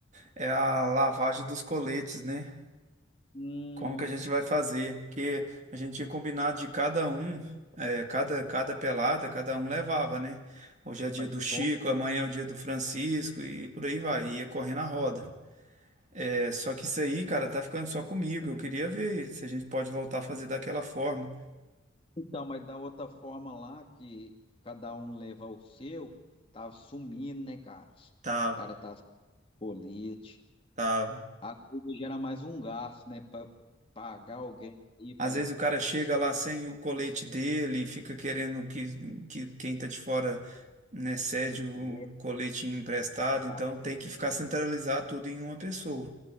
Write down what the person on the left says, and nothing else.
hum,
mas
como-
então, mas da outra forma lá que cada um leva o seu, tá sumindo, né, cara? Os,
os caras tá colete.
Às vezes gera mais um gasto, né, para pagar alguém aí para
empresa,
ah, não dá
certo
não.